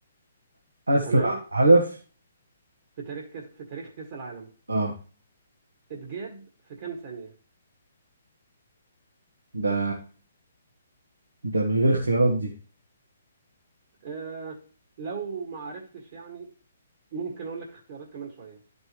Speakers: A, on the right; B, on the right.
A: اسرع
B: تمام
A: هدف
B: في تاريخ كاس في تاريخ كاس العالم
A: اه
B: اتجاب في كام ثانيه
A: ده ده من غير اختيارات دي
B: آه لو ما عرفتش يعني ممكن اقول لك اختيارات كمان شويه